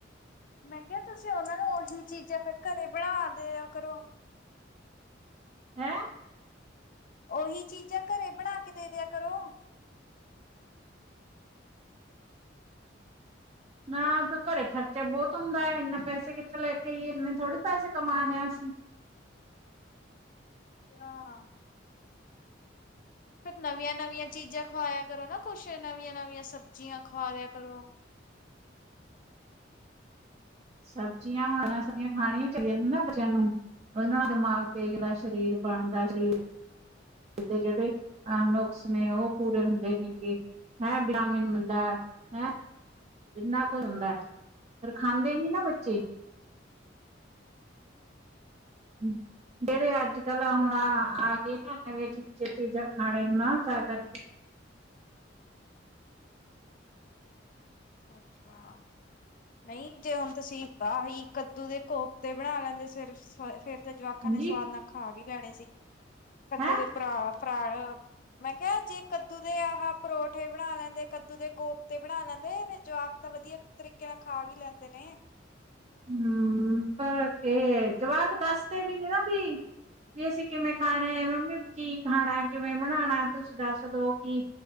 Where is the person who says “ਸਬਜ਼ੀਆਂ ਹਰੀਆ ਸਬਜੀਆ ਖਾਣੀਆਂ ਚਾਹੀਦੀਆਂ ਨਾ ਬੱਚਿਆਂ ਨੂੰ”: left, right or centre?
Right